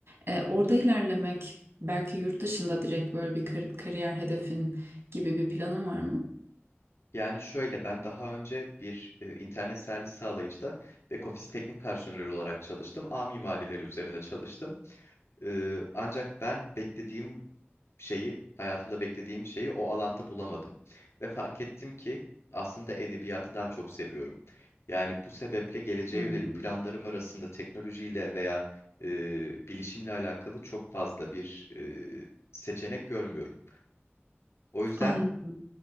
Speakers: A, on the right; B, on the left.
A: E, orada ilerlemek belki yurt dışında direkt böyle bir kar- kariyer hedefin gibi bir planın var mı?
B: Yani şöyle ben daha önce bir e, internet servis sağlayıcıda back office teknik personeli olarak çalıştım. ağ mimarileri üzerine çalıştım. E, ancak ben beklediğim şeyi, hayatımda beklediğim şeyi o alanda bulamadım. Ve fark ettim ki aslında edebiyatı daha çok seviyorum. Yani bu sebeple geleceğe
A: Hmm,
B: yönelik planlarım arasında teknolojiyle veya e, bilişimle alakalı çok fazla bir e, seçenek görmüyorum. O yüzden
A: anladım.